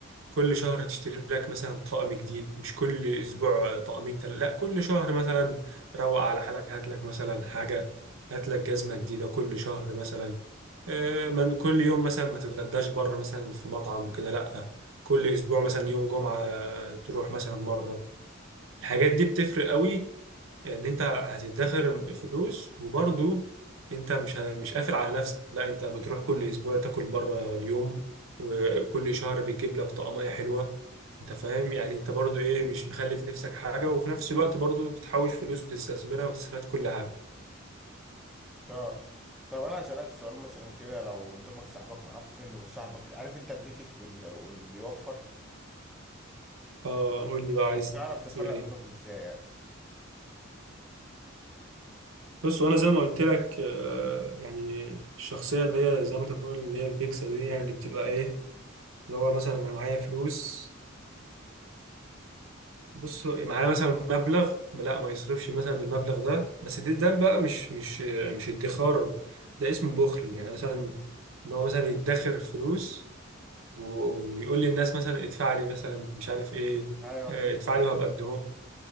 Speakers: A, on the right; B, in the centre.
A: كل شهر تشتري لك مثلا طقم جديد مش كل اسبوع طقمين تل... لا كل شهر مثلا روق على حالك هات لك مثلا حاجه هات لك جزمه جديده كل شهر مثلا آه، من كل يوم مثلا ما تتغداش بره مثلا في مطعم وكده لا كل اسبوع مثلا يوم جمعه آه، تروح مثلا مره الحاجات دي بتفرق قوي ان انت هتدخر فلوس وبرضو انت مش ه- مش قافل على نفسك لا انت بتروح كل اسبوع تاكل بره يوم وكل شهر بتجيب لك طقمية حلوة انت فاهم يعني انت برضو ايه مش مخلف نفسك حاجة وفي نفس الوقت برضو بتحوش فلوس وتستثمرها وتستفاد كل حاجة
B: اه طب انا هسألك سؤال مثلا كده لو قدامك صاحبك معفن وصاحبك عارف انت البيكس وال- واللي بيوفر
A: اه قول لي بقى عايز
B: تعرف تفرق
A: تقول ايه
B: بينهم ازاي يعني
A: بص وانا زي ما قلت لك آه، يعني الشخصية اللي هي زي ما انت بتقول اللي هي البيكسل دي يعني بتبقى ايه اللي هو مثلا انا معايا فلوس بص معاه مثلا مبلغ لا ما يصرفش مثلا من المبلغ ده بس ده, ده بقى مش مش مش ادخار ده اسمه بخل يعني مثلا ان هو مثلا يدخر فلوس و- ويقول للناس مثلا ادفع لي مثلا مش عارف ايه
B: ايوه
A: اه،
B: فهمتك
A: ادفع لي وهبقى اديهم